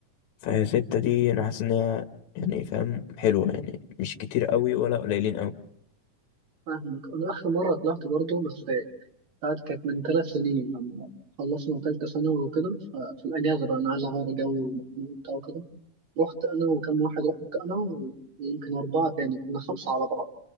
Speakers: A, on the left; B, on the right.
A: فهي ستة دي أنا حاسس إن هي يعني فاهم حلوة يعني مش كتير قوي ولا قليلين قوي
B: فاهمك أنا آخر مرة طلعت برضه بس بتاعت كانت من ثلاث سنين لما خلصنا تالتة ثانوي وكده ففي الأجازة بقى أنا عايز أغير جو ومخنوق وبتاع وكده رحت أنا وكم واحد رحت أنا ويمكن أربعة تاني كنا خمسة على بعض